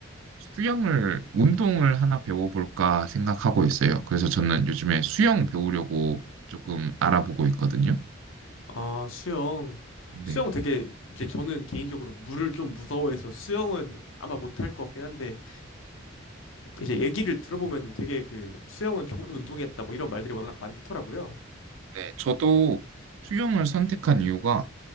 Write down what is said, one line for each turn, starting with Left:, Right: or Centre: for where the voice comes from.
Right: 수영을, 운동을 하나 배워볼까 생각하고 있어요. 그래서 저는 요즘에 수영 배우려고 조금 알아보고 있거든요.
Left: 아, 수영.
Right: 네.
Left: 수영 되게 이제 저는 개인적으로 물을 좀 무서워해서 수영은 아마 못할 것 같긴 한데 이제 얘기를 들어보면 되게 그 수영은 좋은 운동이었다 뭐 이런 말들이 워낙 많더라고요.
Right: 네, 저도 수영을 선택한 이유가